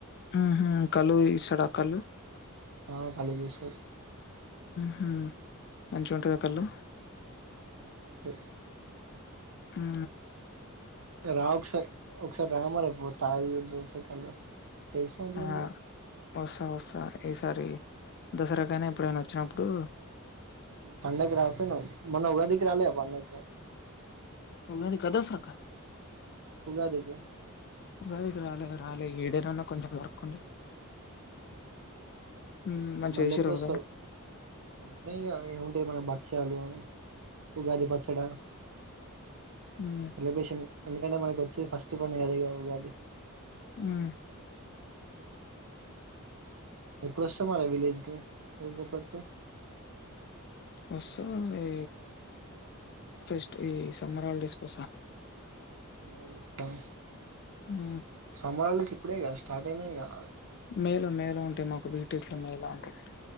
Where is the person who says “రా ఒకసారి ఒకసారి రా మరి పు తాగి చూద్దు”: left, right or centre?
Right